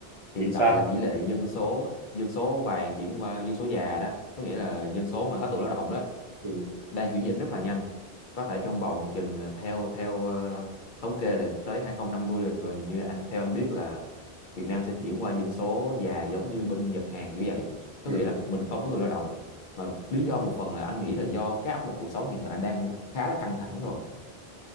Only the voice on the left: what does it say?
hiện
tại
là tỷ lệ dân số dân số vàng chuyển qua dân số già đó có nghĩa là dân số mà hết tuổi lao động đó
đang chuyển dịch rất là nhanh có thể trong vòng chừng ờ, theo theo ờ, thống kê là tới 2050 là gần như anh theo anh biết là Việt Nam sẽ chuyển qua dân số già giống như bên Nhật Hàn kiểu vậy có
nghĩa là mình không có người lao động mà lý do một phần là anh nghĩ là do cái áp lực cuộc sống hiện tại đang khá là căng thẳng rồi